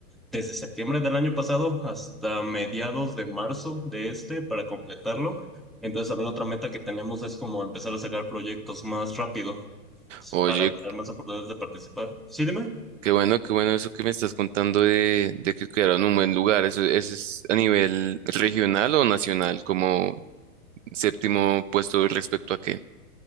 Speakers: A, in the centre; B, on the right.
A: desde septiembre del año pasado hasta mediados de marzo de este para completarlo. Entonces también otra meta que tenemos es como empezar a sacar proyectos más rápido
B: o
A: para
B: yo
A: tener más oportunidades de participar. Sí, dime.
B: Qué bueno, qué bueno eso que me estás contando de, de que quedaron en un buen lugar. Eso, eso es a nivel regional o nacional, como séptimo puesto respecto a qué.